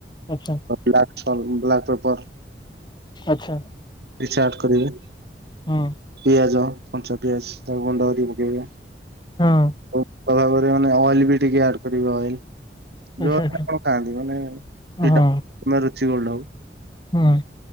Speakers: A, on the left; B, on the right.
A: ଆଚ୍ଛା।
B: ବ୍ଲାକଛଲ୍ ବ୍ଲାକପେପର।
A: ଆଚ୍ଛା।
B: କିଛି ଆଡ କରିବେ?
A: ହୁଁ
B: ପିଆଜ କଞ୍ଚା ପିଆଜ ତାକୁ ଗୁଣ୍ଡ କରି ପକେଇବେ।
A: ହଁ।
B: ଉପରେ ମାନେ ଅଏଲ ବି ଟିକେ ଆଡ କରିବେ ଅଏଲ। ଯୋଉ
A: ଆଚ୍ଛା
B: ଆପଣ
A: ଆଚ୍ଛା
B: ମାନେ ଖାଆନ୍ତି ମାନେ ଫ୍ରିଡମ
A: ହଁ
B: ନା ରୁଚିଗୋଲ୍ଡ ହଉ।
A: ହୁଁ।